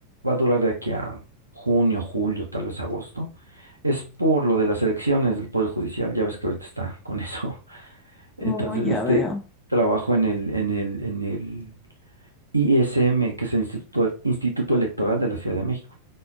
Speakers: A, on the right; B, on the left.
A: va a durar de aquí a junio, julio, tal vez agosto. Es por lo de las elecciones del Poder Judicial, ya ves que ahorita está con eso. <laughs> Entonces,
B: Oh, ya
A: este,
B: veo.
A: trabajo en el, en el, en el ISM, que es el Instituto, Instituto Electoral de la Ciudad de México.